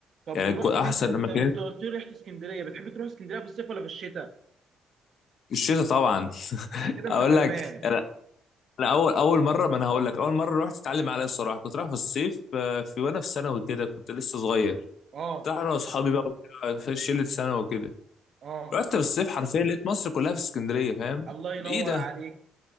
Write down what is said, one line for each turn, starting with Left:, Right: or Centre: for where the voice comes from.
Right: طب
Left: يعني
Right: رحت
Left: كو- أحسن
Right: فين ت- انت
Left: أماكن
Right: انت قلت لي رحت اسكندريه بتحب تروح اسكندريه في الصيف ولا في الشتاء
Left: الشتاء طبعا <laughs>
Right: كده انت
Left: أقول
Right: فهمان
Left: لك يعني انا اول اول مره ما انا هقول لك اول مره رحت اتعلم عليها الصراحه كنت رايح في الصيف آه، في وانا في ثانوي كده كنت لسه صغير
Right: اه
Left: كنت رايح انا واصحابي بقى وكده، في شله ثانوي وكده
Right: اه
Left: رحت في الصيف حرفيا لقيت مصر كلها في اسكندريه فاهم
Right: الله ينور
Left: ايه ده
Right: عليك